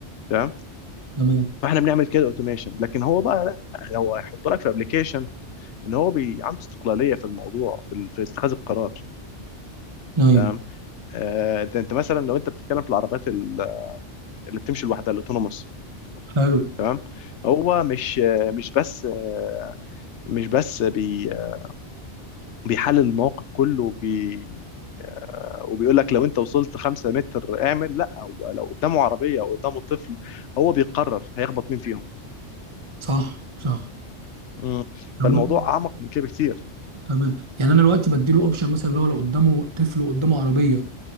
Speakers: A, on the left; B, on the right.
A: تمام
B: تمام
A: فاحنا بنعمل كده اوتوميشن لكن هو بقى لا لو هيحط لك في ابلكيشن ان هو بي عنده استقلاليه في الموضوع في, ال- في اتخاذ القرار
B: ايوه
A: تمام آه انت انت مثلا لو انت بتتكلم في العربيات ال- اللي بتمشي لوحدها الاوتونوموس
B: حلو
A: تمام هو مش آه، مش بس آه، مش بس بي آه، بيحلل المواقف كله وبي آه، وبيقول لك لو انت وصلت خمسة متر اعمل لا هو لو قدامه عربية او قدامه طفل هو بيقرر هيخبط مين فيهم
B: صح صح
A: مم.
B: تمام
A: فالموضوع اعمق من كده بكتير
B: تمام يعني انا دلوقتي بديله اوبشن مثلا اللي هو لو قدامه طفل وقدامه عربيه